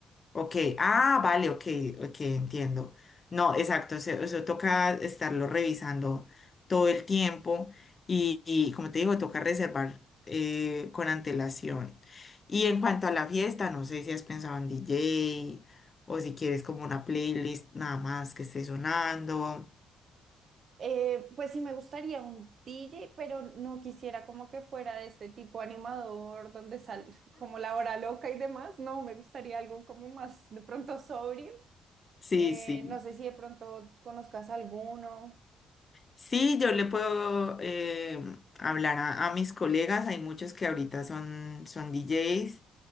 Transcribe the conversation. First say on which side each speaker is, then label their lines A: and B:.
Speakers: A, on the left (about 35°); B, on the right (about 55°).
A: Ok, ah, vale, ok, ok, entiendo. No, exacto, eso, eso toca estarlo revisando todo el tiempo y, y, como te digo, toca reservar eh, con antelación. Y en cuanto a la fiesta, no sé si has pensado en DJ o si quieres como una playlist nada más que esté sonando.
B: Eh, pues sí me gustaría un DJ, pero no quisiera como que fuera de este tipo animador donde sale <laughs> como la hora loca y demás. No, me gustaría algo como más de pronto sobrio.
A: Sí,
B: Eh,
A: sí.
B: no sé si de pronto conozcas alguno.
A: Sí, yo le puedo eh, hablar a, a mis colegas, hay muchos que ahorita son, son DJs.